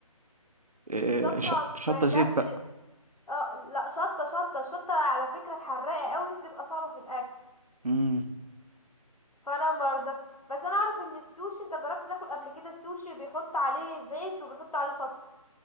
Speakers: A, on the right; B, on the left.
A: آه
B: الشطه
A: ش- شطة
B: بجد
A: زيت بقى
B: اه لا شطه شطه الشطه على فكره الحراقه قوي بتبقى صعبه في الاكل
A: امم
B: فانا مرضتش بس انا اعرف ان السوشي انت جربت تاكل قبل كده السوشي بيحط عليه زيت وبيحط عليه شطة